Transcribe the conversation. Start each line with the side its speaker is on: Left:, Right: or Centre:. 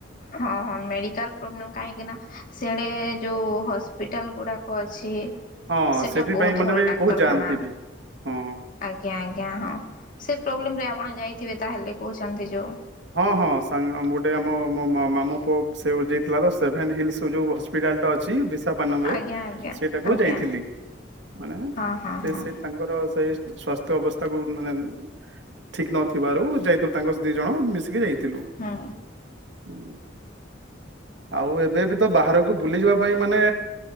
Left: ହଁ ହଁ ମେଡିକାଲ ପ୍ରୋବଲେମ କାହିଁକି ନାଁ ସିଆଡେ ଯୋଉ ହସ୍ ହସ୍ପିଟାଲଗୁଡ଼ାକ ଅଛି
Right: ହଁ
Left: ସେଟା
Right: ସେଥିପାଇଁ
Left: ବୋହୁତ
Right: ମାନେ
Left: ଭଲ
Right: ବି
Left: ଡାକ୍ତରଖାନା
Right: ବହୁତ ଯାଆନ୍ତି ବି। ହଁ।
Left: ଆଜ୍ଞା ଆଜ୍ଞା ହଁ। ସେ ପ୍ରୋବ୍ଲେମରେ ଆପଣ ଯାଇଥିବେ ତାହେଲେ କୋହୁଛନ୍ତି ଯୋଉ।
Right: ହଁ ହଁ ସାଙ୍ଗ ଆମ ଗୋଟେ ଆମ ମୋ ମାମୁ ପୁଅ ସେ ଓ ଯାଇଥିଲା ତ ସେଭେନ ହିଲସର ଯୋଉ ହସ୍ପିଟାଲଟା ଅଛି ବିସ୍ ତାବାନମରେ
Left: ଆଜ୍ଞା ଆଜ୍ଞା
Right: ସେଇଟାକୁ
Left: ଆଜ୍ଞା।
Right: ଯାଇଥିଲି ମାନେ
Left: ହଁ ହଁ
Right: ସେ
Left: ହଁ
Right: ସେ ତାଙ୍କର ସେଇ ସ୍ଵାସ୍ଥ୍ୟ ଅବସ୍ଥାକୁ ମାନେ ଠିକ ନଥିବାରୁ ଯାଇଥିଲ ତାଙ୍କ ଦି ଜଣ ମିଶ୍ ସିଏ ଯାଇ ଥିଲୁ ଉଁ
Left: ହୁଁ
Right: ଆଉ ଏବେ ବି ତ ବାହାରକୁ ବୁଲି ଯିବା ପାଇଁ ମାନେ